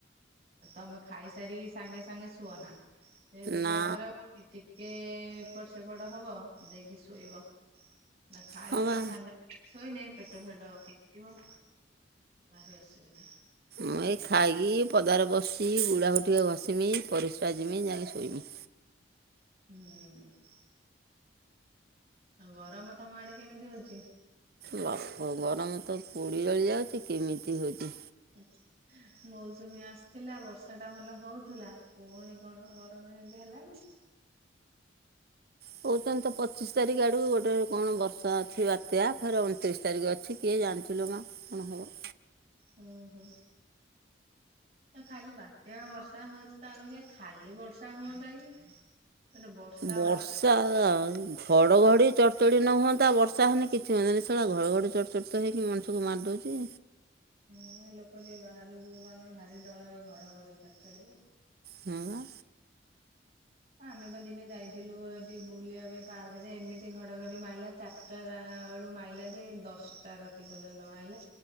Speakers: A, on the right; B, on the right.
A: ତମେ ଖାଇସାରିକି ସାଙ୍ଗେ ସାଙ୍ଗେ ଶୁଅନା, ଯେହେତୁ
B: ନା
A: ଦେହ ଖରାପ ହୋଉଚି ଟି କେ ଏପଟ ସେପଟ ହବ ଦେଇକି ଶୋଇବ। ନା ଖାଇସାରି
B: ହଁ ବା
A: ସାଙ୍ଗେ ଶୋଇନେ ପେଟ ଫେଟ କେଞ୍ଚିବ ଭାରି ଅସୁବିଧା।
B: ମୁଁ ଏଇ ଖାଇକି ପଦାରେ ବସି ଗୁଡ଼ାଖୁ ଟିକେ ଘଷିମି ପରିସ୍ରା ଜିମି ଯାଇକି ଶୋଇମି।
A: ହୁଁ। ଆଉ ଗରମ ତମ ଆଡେ କେମିତି ହଉଛି?
B: ବାପ ଗରମ ତ ପୋଡ଼ି ଜଳିଯାଉଛି କେମିତି ହଉଛି।
A: ଆଚ୍ଛା। ମୌସୁମୀ ଆସିଥିଲା ବର୍ଷାଟା ଭଲ ହଉଥିଲା ପୁଣି କଣ ଗରମ ଏମିତି ହେଲାଣିି।
B: କଉଛନ୍ତି ତ ପଚିଶ ତାରିଖ ଆଡକୁ ଗୋଟେ କଣ ବର୍ଷା ଅଛି ବାତ୍ୟା ଫେର୍ ଅଣତିରିଶି ତାରିଖ ଅଛି। କିଏ ଜାଣିଚ଼ିଲୋ ମା କଣ ହବ।
A: ହୁଁ ହୁଁ। ଖାଲି ବାତ୍ୟା ବର୍ଷା ହଉଛି ତା ଅପେକ୍ଷା ଖାଲି ବର୍ଷା ହୁଅନ୍ତା କି। ଗୋଟେ ବର୍ଷା
B: ବର୍ଷା
A: ବାତ୍ୟା
B: <unintelligible> ଘଡ଼ଘଡି ଚଡ଼ଚଡ଼ି ନ ହୁଅନ୍ତା ବର୍ଷା ହେନି କିଛି ହୁଅନ୍ତାନି <inaudible> ଘଡ଼ଘଡ଼ି ଚଡ଼ଚଡ଼ିତ ହେଇକି ମଣିଷକୁ ମାରି ଦେଉଛି।
A: ହୁଁ ଏ ଲୋକ ଟିକେ ବାହାରକୁ ଗଲେ ଭାରି ଡର ଏଇ ଘଡଘଡି ଚଡ଼ଚଡ଼ି କୁ।
B: ହଁ ବା।
A: ହଁ ଆମେ ବା ଦିନେ ଯାଇଥିଲୁ ଏଠି ବୁଲିବା ପାଇଁ ପାର୍କ ଜେ ଏମିତି ଘଡଘଡି ମାଇଲା ଚାରିଟା ରା ବେଳୁ ମାଇଲା ଯେ ଦଶଟା ରାତି ପର୍ଯ୍ୟନ୍ତ ମାଇଲା।